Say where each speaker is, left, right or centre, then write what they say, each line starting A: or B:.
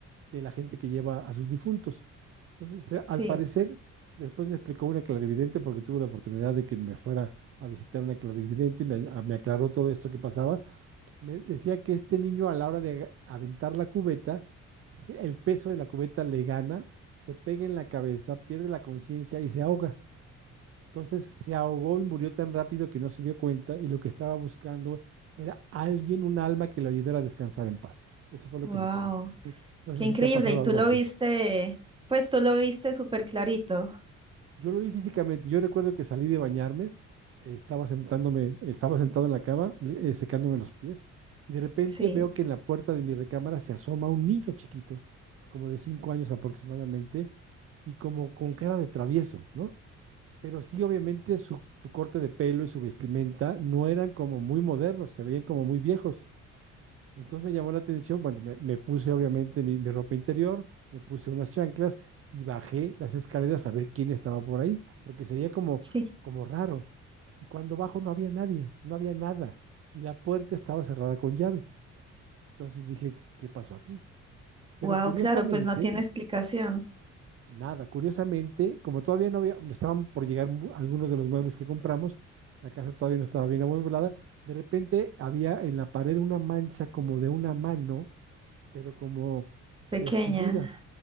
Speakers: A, on the right (about 50°); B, on the right (about 15°).
A: de la gente que lleva a sus difuntos. Entonces, al
B: sí.
A: parecer, después me explicó una clarividente porque tuve la oportunidad de que me fuera a visitar una clarividente, y me, a- me aclaró todo esto que pasaba. Me decía que este niño a la hora de aga- aventar la cubeta, se- el peso de la cubeta le gana, se pega en la cabeza, pierde la conciencia y se ahoga. Entonces se ahogó y murió tan rápido que no se dio cuenta y lo que estaba buscando era alguien, un alma que lo ayudara a descansar en paz. Eso fue lo
B: Wow,
A: que me comentó. No
B: qué
A: sé
B: increíble.
A: si te ha pasado
B: Y tú
A: algo
B: lo
A: así.
B: viste, pues tú lo viste súper clarito.
A: Yo lo vi físicamente. Yo recuerdo que salí de bañarme, eh, estaba sentándome, estaba sentado en la cama, le- eh, secándome los pies, y de repente
B: Sí,
A: veo que en la puerta de mi recámara se asoma un niño chiquito, como de cinco años aproximadamente, y como con cara de travieso, ¿no? Pero sí, obviamente, su, su corte de pelo y su vestimenta no eran como muy modernos, se veían como muy viejos. Entonces me llamó la atención, bueno, me, me puse obviamente mi, mi ropa interior, me puse unas chanclas y bajé las escaleras a ver quién estaba por ahí, porque se veía como,
B: sí.
A: como raro. Y cuando bajo no había nadie, no había nada, y la puerta estaba cerrada con llave. Entonces dije, ¿qué pasó aquí? Pero
B: Wow,
A: curiosamente,
B: claro, pues no tiene explicación.
A: nada, curiosamente, como todavía no había, estaban por llegar mu- algunos de los muebles que compramos, la casa todavía no estaba bien amueblada, de repente había en la pared una mancha como de una mano pero como
B: Pequeña.
A: de escurrida.